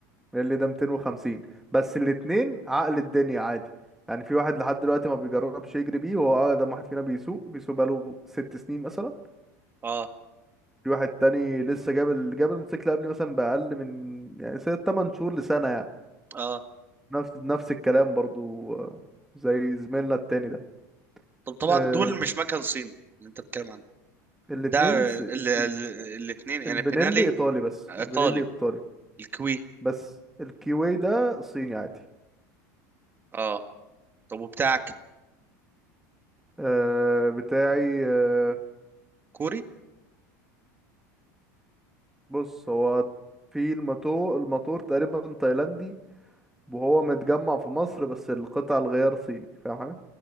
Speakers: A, in the centre; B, on the right.
A: بنيلي ده 250 بس الاتنين عقل الدنيا عادي يعني في واحد لحد دلوقتي ما بيجربش يجري بيه وهو أقدم واحد فينا بيسوق بيسوق بقاله ست سنين مثلا
B: اه
A: في واحد تاني لسه جاب ال... جاب الموتوسيكل قبل مثلا بأقل من يعني ست تمن شهور لسنة يعني
B: اه
A: نفس نفس الكلام برضو آه، زي زميلنا التاني ده
B: طب طبعا
A: آه،
B: دول مش مكن صيني اللي انت بتتكلم عنه
A: الاتنين
B: ده
A: ص-
B: ال... ال...
A: صيني
B: الاتنين يعني
A: البنيلي
B: بينالي
A: إيطالي بس
B: ايطالي
A: البنيلي إيطالي
B: الكوي
A: بس الكيوي ده صيني عادي
B: اه طب وبتاعك
A: آه بتاعي آه
B: كوري
A: بص هو في الماتو الماتور تقريبا تايلاندي وهو متجمع في مصر بس القطع الغيار صيني فاهم حاجة